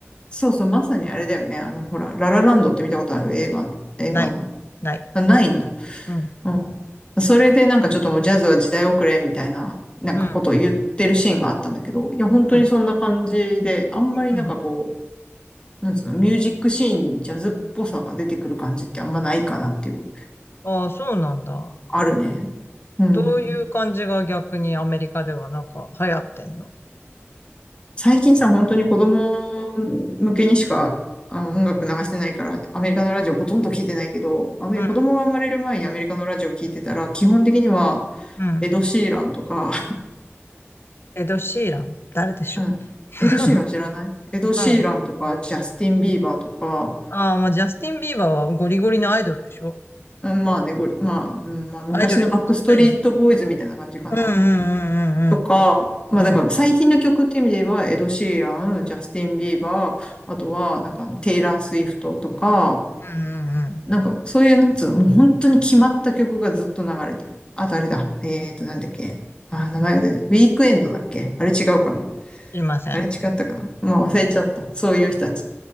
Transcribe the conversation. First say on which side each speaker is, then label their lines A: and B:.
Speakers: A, on the left (about 20°); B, on the left (about 55°).
A: そうそう、まさにあれだよね。あの、ほら、ララランドって見たことある映画、映画の。
B: ない。ない。
A: まあないんだ。
B: うん。
A: うん。それでなんかちょっともうジャズは時代遅れみたいな、なんかことを言ってるシーンがあったんだけど、
B: うん。
A: いや、本当にそんな感じで、
B: うん。
A: あんまりなんかこ
B: うん。
A: う、なんつうの、ミュージックシーンにジャズっぽさが出てくる感じってあんまないかなっていう、
B: ああ、そうなんだ。
A: あるね。うん。
B: どういう感じが逆にアメリカではなんか流行ってんの
A: 最近さ、本当に子供向けにしか、あ音楽流してないから、アメリカのラジオほとんど聞いてないけど、アメリ子供が生まれる前にアメリカのラジオ聞いてたら、
B: う
A: 基本的には、
B: ん。
A: エド・シーランとか、
B: エド・シーラン、誰でしょう。
A: うん。
B: <laughs>
A: エド・シーラン知らないエド・シーランとか、
B: うん。
A: ジャスティン・ビーバーとか、
B: ああ、まあ、ジャスティン・ビーバーはゴリゴリのアイドルでしょ。
A: うん、まあね、ゴリ、まあ、うん、まあ、昔のバックストリート・
B: アイドルに近いみ
A: ボーイズみたいな感じかな。
B: たい。うんうんうんうん
A: とか、まあだから最近の曲っていう意味では、
B: うん。うん
A: エド・シーラン、ジャスティン・ビーバー、あとは、なんか、テイラー・スウィフトとか、
B: うんうん
A: なんか、そういう、なんつうの、もう本当に決まった曲がずっと流れてる。あとあれだ。
B: うん。
A: えーと、
B: うん
A: なんだっけ。あ、名前が出てる。ウィークエンドだっけあれ違うかな
B: 知りません。
A: あれ違ったかなまあ忘れちゃった。そういう人たち。